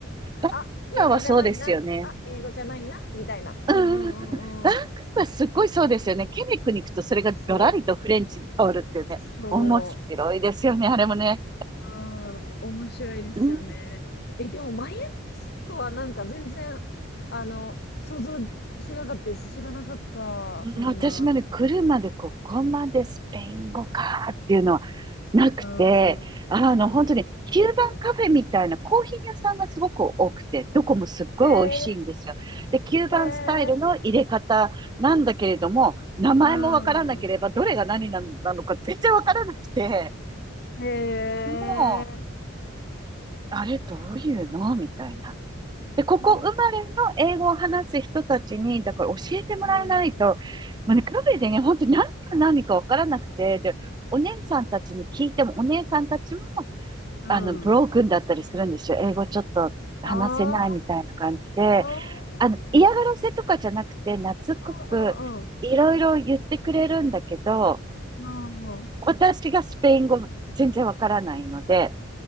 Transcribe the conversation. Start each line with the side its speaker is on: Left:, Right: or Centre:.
Right: バンクーバーはそうですよね。
Left: あ、英語じゃないな、あ、英語じゃないな、みたいな。うんうんうんうん。
Right: うんうんうん。バンクーバーすっごいそうですよね。ケベックに行くとそれがガラリとフレンチに変わるっていうね。
Left: そう。そう。
Right: 面白いですよね、あれもね。
Left: うん、面白いですよね。
Right: うん、
Left: え、でも、マイアミスとはなんか全然、あの、想像してなかったです。知らなかった。
Right: うん私もね、
Left: そんな。
Right: 来るまでここまでスペイン語かーっていうのはなくて、
Left: うん。
Right: あの、
Left: う
Right: 本当に、キューバンカフェみたいなコーヒー屋さんがすごく多くて、
Left: ん。
Right: どこもすっごい美味しいんですよ。
Left: へえ、
Right: で、キューバンスタイルの入れ方なんだけれども、
Left: へえ、
Right: 名前もわからなければ、
Left: うん。
Right: どれが何ななのか全然わからなくて、
Left: へえ、
Right: もう、あれどういうのみたいな。
Left: はあ、
Right: で、ここ生ま
Left: へえ、
Right: れの英語を話す人たちに、だから教えてもらえないと、
Left: うん。
Right: もうね、カフェでね、本当に何か何かわからなくて、で、お姉さんたちに聞いても、お姉さんたちも、
Left: うん。
Right: あの、ブロークンだったりするんですよ。英語ちょっと話せないみたいな感じで。
Left: ああ、ああ、
Right: あの、嫌がらせとかじゃなくて、懐っこくいろいろ言ってくれるんだけど、
Left: ああ、あ
Right: 私がスペイン語全然わからないので、